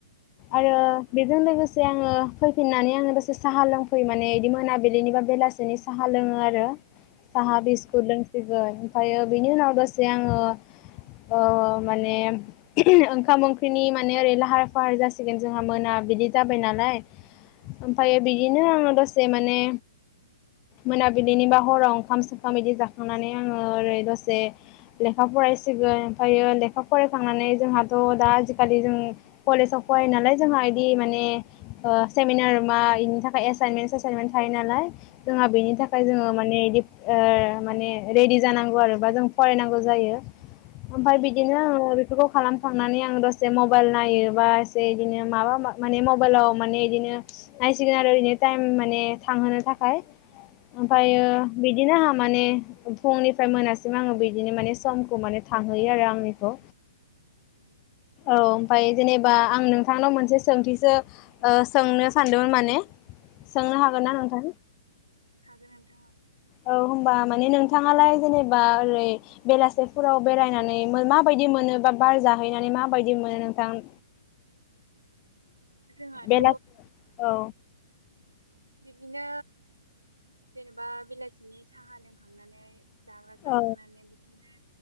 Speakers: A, on the left; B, on the right.
A: आरो बेजों लोगोसे आं आङो फैफिननानै आङो दसे साहा लोंफैयो माने बिदि मोनाबिलिनि बा बेलासेनि साहा लोङो आरो साहा बिस्कुइत लोंसिगोन ओमफ्रायो बेनि उनाव दसे आङो ओ माने ओंखाम ओंख्रि बेनि माने ओरै लाहार फाहार जासिगोन जोंहा मोनाबिलि जाबाय नालाय ओमफाय बिदिनो आङो दसे माने
B: <inaudible>
A: मोनाबिलिनि बा हराव ओंखाम सोखाम बिदि जाखांनानै आङो ओरै दसे लेखा फरायसिगोन ओमफायो लेखा फरायखांनानै जोंहाथ दा खालि जों कलेजाव फरायो नालाय जोंहा इदि माने ओ सेमिनार मा बेनि थाखाय एस एसाइनमेन्ट ससाइनमेन्ट थायो नालाय जोंहा बेनि थाखाय जोङो माने बि ओ माने रेडि जानांगौ आरो बा जों फरायनांगौ जायो ओमफाय बिदिनो आङो बेफोरखौ खालामखांनानै आं दस से मबाइल नायो बा एसे बिदिनो माबा माने मबाइलाव माने इदिनो नायसिगोन आरो टाइम माने थांहोनो थाखाय ओमफायो
B: नोंथां
A: बिदिनो आंहा माने फुंनिफ्राय मोनासिम आङो बिदिनो माने समखौ माने थांहोयो आरो आंनिखौ
B: <inaudible>
A: औ ओमफाय जेनेबा आं नोंथांनाव मोनसे सोंथिसो ओ सोंनो सानदोंमोन माने। सोंनो हागोनना नोंथां?
B: हागोन नोंथां औ
A: औ होनबा माने नोंथाङालाय जेनेबा ओरै बेलासिफोराव बेरायनानै मोना बाय दि मोनो बा बार जाहैनानै मा बायदि मोनो नोंथां?
B: <inaudible> जोंहाथ'
A: बेलासि औ
B: बिदिनो जेनेबा बेलासिनि साहा लोंखांनानै जाग्रा जाखांनानै
A: औ
B: बिदिनो